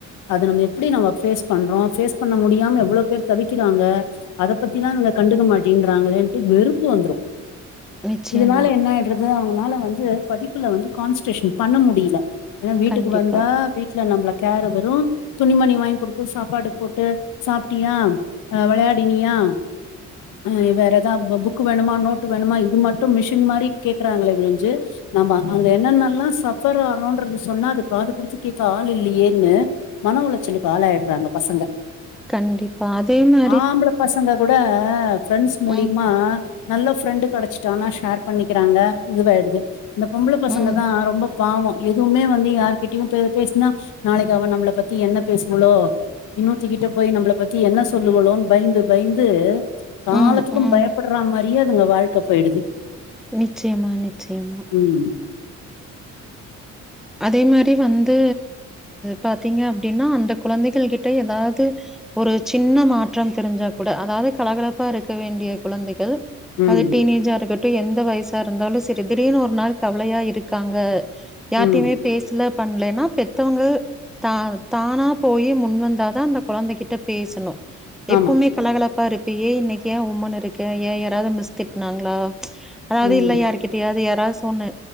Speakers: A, on the left; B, in the centre.
A: அத நம்ம எப்டி நம்ம பேஸ் பண்றோ பேஸ் பண்ண முடியாம எவ்ளோ பேர் தவிக்கிறாங்க அதப்பத்திலா இவ்ங்க கண்டுக்க மாட்டேன்ட்றாங்களேன்ட்டு வெறுப்பு வந்துரு
B: நிச்சயமா.
A: இதுனால என்ன ஆய்டுறுது அவனால வந்து படிப்புல வந்து கான்ஸ்ட்ரேஷன் பண்ண முடில ஏனா வீட்டுக்கு
B: கண்டிப்பா,
A: வந்தா வீட்ல நம்ள கேர வெறு துணிமணி வாய்ங்க்குடுத்து சாப்பாடு போட்டு சாப்ட்டியா அ வெளையாடினியா அ வேற எதா பொ புக் வேணுமா நோட்டு வேணுமா இது மட்டு மிஷின் மாரி கேக்குறாங்களே ஒழிஞ்சு ஆமா அங்க என்னன்னல்லா சஃபர் ஆறோன்றது சொன்னா அது காது குடுத்து கேக்க ஆள் இல்லையேன்னு மன ஒளச்சலுக்கு ஆளாய்டுறாங்க பசங்க
B: கண்டிப் பா அதே மா
A: ஆம்பள பசங்க கூட ஃபிரெண்ஸ் மூலிமா
B: ம்,
A: நல்ல ஃபிரெண்டு கெடச்சிட்டாங்கனா ஷேர் பண்ணிக்கிறாங்க இதுவாய்டுது இந்த பொம்பள பசங்கதா
B: ம்,
A: ரொம்ப பாவோ எதுவுமே வந்து யார்கிட்டயு பே பேசுனா நாளைக்கு அவ நம்மள பத்தி என்ன பேசுங்களோ இன்னொர்த்திக்கிட்ட போய் நம்மள பத்தி என்ன சொல்லுங்குளோன் பய்ந்து பய்ந்து காலத்துக்கு
B: ம், ம்.
A: பயப்புட்ற மாரியே அதுங்க வாழ்க்க போய்டுது
B: நிச்சயமா நிச்சயமா
A: ம்
B: அதே மாரி வந்து பாத்தீங்க அப்டினா அந்த குழந்தைகள்கிட்ட எதாது ஒரு சின்ன மாற்றம் தெரிஞ்சா கூட அதாவ்து கலகலப்பா இருக்க வேண்டிய குழந்தைகள்
A: ம்
B: அது டீனேஜா இருக்கட்டு எந்த வயசா இருந்தாலு சரி திடீர்னு ஒரு நாள் கவ்லையா இருக்காங்க யார்ட்டயுமே
A: ம்
B: பேசுல பண்லனா பெத்தவுங்க தா தானா போயி முன் வந்தாதா அந்த குழந்தை கிட்ட பேசணு எப்பவ்மே
A: ஆமா
B: கலகலப்பா இருப்பியே இன்னைக்கு ஏன் உம்முன் இருக்க ஏன் யாராவ்து மிஸ் திட்னாங்ளா அதாவ்து
A: ம்
B: இல்ல யார்கிட்டயாவ்து யாராது சொன்னு